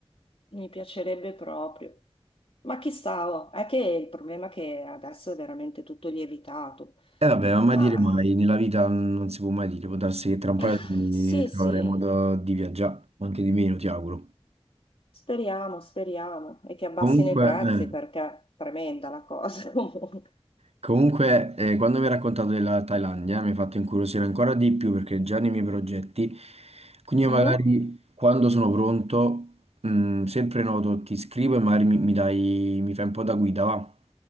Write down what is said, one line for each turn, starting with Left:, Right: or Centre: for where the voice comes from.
Left: mi piacerebbe proprio. Ma chissà, oh, è che il problema è che adesso è veramente tutto lievitato,
Right: E vabbè, ma mai
Left: ma
Right: dire mai, nella vita non si può mai dire, può darsi che tra un paio
Left: eh,
Right: di anni
Left: sì,
Right: troveremo
Left: sì.
Right: modo di viaggiare, o anche di meno, ti auguro.
Left: Speriamo, speriamo, e che abbassino
Right: Comunque,
Left: i prezzi
Right: eh,
Left: perché è tremenda la cosa <laughs> comunque.
Right: Comunque, eh, quando mi hai raccontato della Thailandia mi hai fatto incuriosire ancora di più perché è già nei miei progetti, quindi io
Left: Mhm.
Right: magari quando sono pronto, mh, sempre noto, ti scrivo e magari mi, mi dai, mi fai un po' da guida, va?